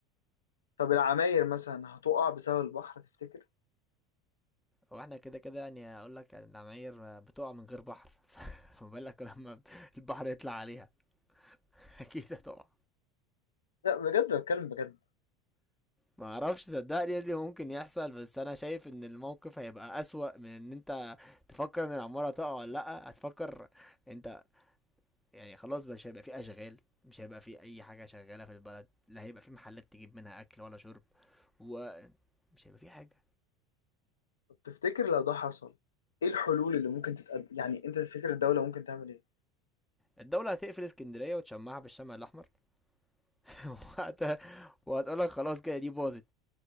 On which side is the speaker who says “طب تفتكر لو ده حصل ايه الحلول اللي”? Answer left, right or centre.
Left